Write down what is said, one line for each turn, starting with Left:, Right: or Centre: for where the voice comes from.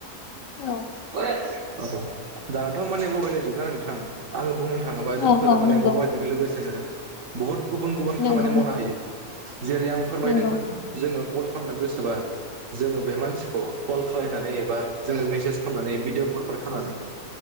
Left: औ
Right: अ <inaudible> औ। थ माने मबाइल जोबग नोंथां आङो बुंनो सानदों। थाङोबा जोंफोरा
Left: औ औ
Right: माने
Left: नंगौ
Right: मबाइलजों लोगोसेनो। बहत गुबुन गुबुन
Left: नंगौ
Right: खामानि मावनो
Left: नंगौ
Right: हायो, जेरै आं फोरमायदोंमोन
Left: नंगौ
Right: जोङो। कल खालामनो गोसोबा, जोङो बे मानसिखौ, कल खालायनानै एबा जोङो मेसेज खालामनानै भिडिअ कलफोर खालामनानै